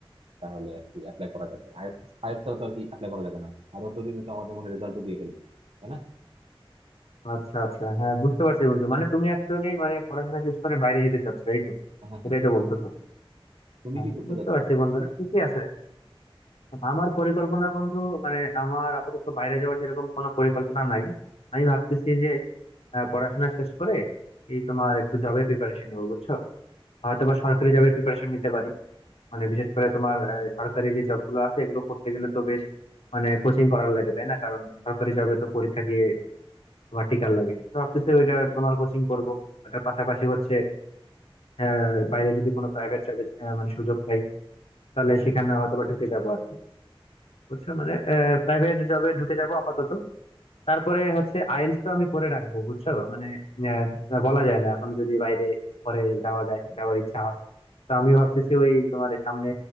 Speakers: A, on the right; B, on the left.
A: তাহলে আর কি অ্যাপ্লাই করা যাবে আইএলটিএস আইএলটিএস ছাড়া তো আর কি অ্যাপ্লাই করা যাবে না আর অতদিনে তো আমাদের মনে রেজাল্টও দিয়ে ফেলবে তাই না
B: আচ্ছা আচ্ছা হ্যাঁ বুঝতে পারছি বন্ধু মানে তুমি একজনই মানে পড়াশোনা শেষ করে বাইরে যেতে চাচ্ছ এই তো
A: হ্যাঁ হ্যাঁ হ্যাঁ।
B: এটাই তো বলতেছো
A: তুমি
B: হ্যাঁ
A: কি করতে
B: বুঝতে
A: চাচ্ছ
B: পারছি বন্ধু না ঠিকই আছে আমার পরিকল্পনা বন্ধু মানে আমার আপাতত বাইরে যাওয়ার সেরকম কোনো পরিকল্পনা নাই আমি ভাবতেছি যে আহ, পড়াশোনা শেষ করে এই তোমার একটু জবের প্রিপারেশন নেবো বুঝছো হয়তো বা সরকারি জবের প্রিপারেশন নিতে পারি মানে বিশেষ করে তোমার আহ, সরকারি যে জব গুলো আছে এগুলো করতে গেলে তো বেশ মানে কোচিং করার লাগে তাই না কারণ সরকারি জবে তো পরীক্ষা দিয়ে তোমার টিকার লাগে তো ভাবতেছি ওইটা তোমার কোচিং করব ওটার পাশাপাশি হচ্ছে আহ, বাইরে যদি কোনো প্রাইভেট জবে মানে সুযোগ পাই তাহলে সেখানে হয়তো বা ঢুকে যাবো আর কি বুঝছো মানে প্রাইভেট জবে ঢুকে যাবো আপাতত তারপরে হচ্ছে আইএলটিএস তো আমি করে রাখবো বুঝছো মানে আহ, বলা যায় না এখন যদি বাইরে পরে যাওয়া যায় যাওয়ার ইচ্ছা হয় তো আমি ভাবতেছি ওই তোমার সামনে